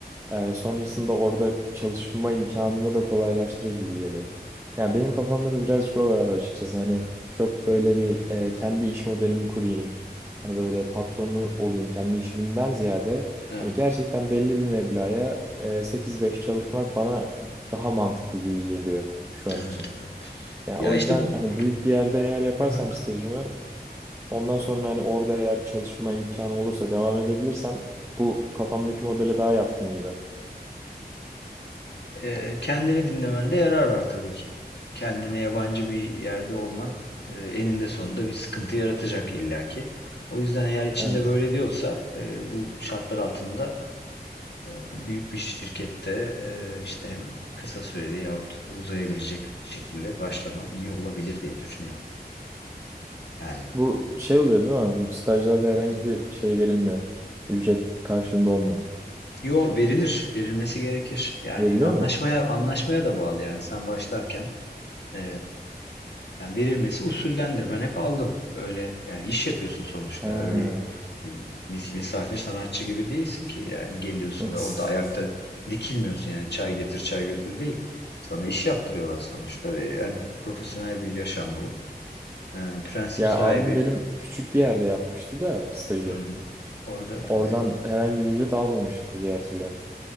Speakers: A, on the right; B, on the left.
A: Ee, sonrasında orada çalışma imkanımı da kolaylaştırır gibi geliyor. Ya benim kafamda da birazcık o var açıkçası. Hani çok böyle
B: Hı hı.
A: bir e, kendi iş modelimi kurayım. Hani böyle patronu olayım kendi işimden ziyade.
B: Evet,
A: Hani gerçekten belli bir meblağa e, 8-5 çalışmak bana daha mantıklı gibi geliyor şu an
B: evet,
A: için.
B: evet.
A: Ya
B: Ya
A: o
B: işte
A: yüzden
B: bu
A: hani büyük bir yerde eğer yaparsam
B: hı hı.
A: stajımı ondan sonra hani orada eğer çalışma imkanı olursa devam edebilirsem bu kafamdaki modele daha yatkın gibi.
B: Eee, kendini dinlemende yarar var tabii ki. Kendine yabancı bir yerde olman e, eninde sonunda bir sıkıntı yaratacak illaki. O yüzden eğer içinde
A: Evet.
B: böyle diyorsa e, bu şartlar altında E, Büyük bir şirkette e, işte hem kısa süreli yahut uzayabilecek bir şekilde başlaman iyi olabilir diye düşünüyorum. Yani
A: Bu şey oluyor değil mi abi? Bu stajlarda herhangi bir şey verilmiyor. Ücret karşılığında olmuyor.
B: yo verilir, verilmesi gerekir. Yani
A: Veriliyor
B: anlaşmaya
A: mu?
B: anlaşmaya da bağlı yani sen başlarken e, yani verilmesi usullendir. Ben hep aldım. Öyle yani iş yapıyorsun sonuçta.
A: He.
B: Öyle e, mis- misafir sanatçı gibi değilsin ki yani geliyorsun
A: <laughs>
B: ve orada ayakta dikilmiyorsun yani çay getir çay götür değil. Sana iş yaptırıyorlar sonuçta ve yani profesyonel bir yaşam bu. Ee, prensip
A: Ya
B: sahibi
A: abim benim küçük bir yerde yapmıştı da stajı.
B: hmm, orada
A: Oradan
B: tabii.
A: herhangi bir ücret almamıştı diye hatırlıyorum.